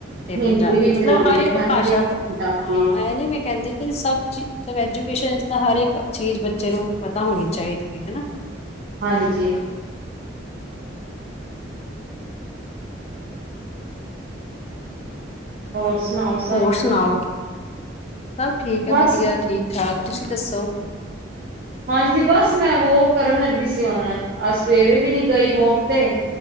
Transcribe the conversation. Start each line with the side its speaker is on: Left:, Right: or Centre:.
Left: ਤੇ
Right: ਹਿੰਦੀ
Left: ਪੰਜਾਬੀ,
Right: ਵੀ
Left: ਮਤਲਬ
Right: ਜ਼ਰੂਰੀ
Left: ਹਰ ਇੱਕ
Right: ਹੈ ਹਾਂਜੀ
Left: ਭਾਸ਼ਾ
Right: ਪੰਜਾਬੀ
Left: <unintelligible> ਹਾਂ, ਐ ਨੀ ਵਈ ਕਹਿੰਦੀ ਕਿ ਸਭ ਚ ਮਤਲਬ ਐਜੂਕੇਸ਼ਨ ਚ ਤਾਂ ਹਰ ਇੱਕ, ਚੀਜ਼ ਬੱਚੇ ਨੂੰ ਪਤਾ ਹੋਣੀ ਚਾਹੀਦੀ ਹੈ, ਹਨਾ।
Right: ਹਾਂਜੀ। ਹੋਰ ਸੁਣਾਓ? ਸਭ
Left: ਹੋਰ ਸੁਣਾਓ, ਸਭ ਠੀਕ ਏ‌
Right: ਬਸ
Left: ਵਧੀਆ। ਠੀਕ-ਠਾਕ ਤੁਸੀਂ ਦੱਸੋ?
Right: ਹਾਂਜੀ, ਬਸ ਮੈਂ ਵੋਕ ਕਰਨ ਲੱਗੀ ਸੀ ਹੁਣ, ਅਜ ਸਵੇਰੇ ਵੀ ਨੀ ਗਈ ਵੋਕ ਤੇ।